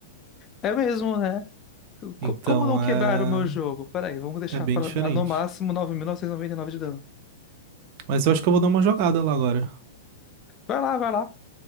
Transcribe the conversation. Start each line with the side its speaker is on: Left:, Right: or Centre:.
Left: É mesmo, né? Co-
Right: Então
Left: Como não quebrar
Right: é,
Left: o meu jogo? Peraí, vamos deixar
Right: é bem
Left: para
Right: diferente.
Left: dar no máximo nove mil novecentos e e noventa e nove de dano.
Right: Mas eu acho que eu vou dar uma jogada lá agora.
Left: Vai lá, vai lá.